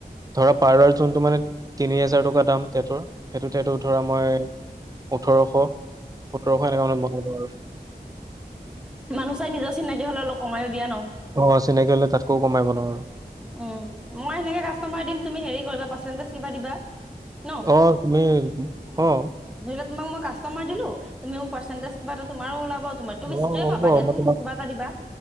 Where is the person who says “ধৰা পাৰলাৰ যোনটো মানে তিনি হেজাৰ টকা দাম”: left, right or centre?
Right